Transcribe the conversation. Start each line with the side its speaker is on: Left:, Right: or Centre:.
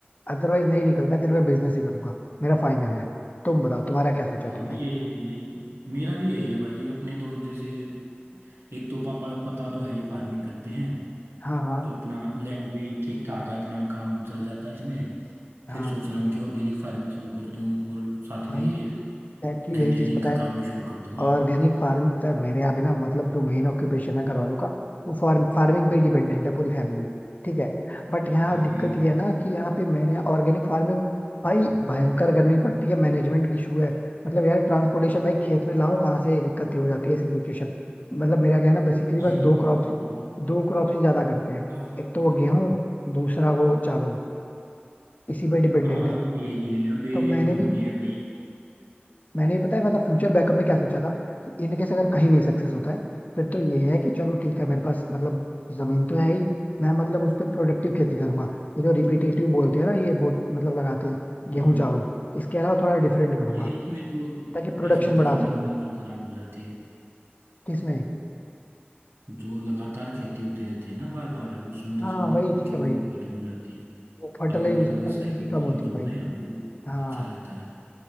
Left: अदरवाइज नहीं निकलता फिर मैं बिजनेस ही करूंगा मेरा फाइनल है तुम बताओ तुम्हारा क्या सोचा है
Right: हाँ
Left: तुमने
Right: यही है भाई मेरा भी यही है भाई अपने तो जैसे एक तो पापा पता तो है ही फार्मिंग करते हैं
Left: हाँ हाँ
Right: तो अपना लैंड भी ठीक ठाक है अपना काम चल जाता है इसमें
Left: हाँ
Right: फिर सोच रहा हूँ कि ऑर्गेनिक फार्मिंग शुरू कर दूँ और साथ
Left: भाई
Right: में ये
Left: एग्जैक्टली
Right: रिटेलिंग
Left: यही चीज पता
Right: का
Left: है
Right: काम भी शुरू कर दूंगा
Left: ऑर्गेनिक फार्मिंग पता है मेरे यहाँ भी ना मतलब जो मेन ऑक्यूपेशन है घर वालों का वो फार्म फार्मिंग पे डिपेंडेंट है पूरी फैमिली ठीक है बट यहाँ
Right: हाँ
Left: दिक्कत
Right: यही
Left: ये
Right: है
Left: है ना कि यहाँ पे मेरे यहाँ ऑर्गेनिक फार्मिंग भाई भयंकर गर्मी पड़ती है मैनेजमेंट की इशू है मतलब यार ट्रांसपोर्टेशन भाई खेत में लाऊं कहाँ से ये दिक्कत ही हो जाती है ऐसी सिचुएशन मतलब मेरा क्या है ना बेसिकली
Right: यही
Left: बस दो
Right: है
Left: क्रॉप
Right: यही
Left: ही दो क्रॉप ही ज्यादा करते हैं
Right: काफी दिक्कत
Left: एक तो वो गेहूं दूसरा वो चावल इसी पे डिपेंडेंट
Right: हाँ
Left: है
Right: अब यही है अभी
Left: तो मैंने
Right: हमने
Left: भी
Right: भाई
Left: मैंने पता है मतलब फ्यूचर बैकअप में क्या सोचा था कि इन केस अगर कहीं नहीं सक्सेस होता है फिर तो ये है कि चलो ठीक है मेरे पास मतलब जमीन तो है ही मैं मतलब उस पर प्रोडक्टिव खेती करूंगा ये जो रिपीटेटिव बोलते हैं ना ये बहुत मतलब लगाते हैं
Right: हम्म,
Left: गेहूं चावल इसके अलावा थोड़ा डिफरेंट करूंगा
Right: ये इसमें तो
Left: ताकि प्रोडक्शन
Right: इसमें तो
Left: बढ़ा
Right: जमीन
Left: सकूं
Right: बिल्कुल खराब हो जाती है
Left: किसमें
Right: जो लगातार खेती होती रहती है ना बार बार उसमें तो
Left: हाँ
Right: जमीन
Left: वही चीज
Right: की
Left: है भाई
Right: वो भी खत्म हो जाती है
Left: वो फर्टिलाइज
Right: अलग अलग
Left: उसकी फर्टिलिटी
Right: साइकिल
Left: कम
Right: चेंज
Left: होती है
Right: होना
Left: भाई
Right: या वो
Left: हाँ
Right: अच्छा रहता है